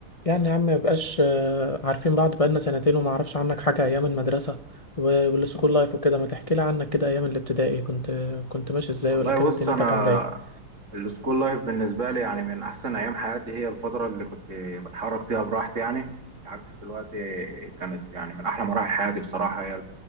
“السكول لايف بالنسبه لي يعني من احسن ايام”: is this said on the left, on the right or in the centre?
Right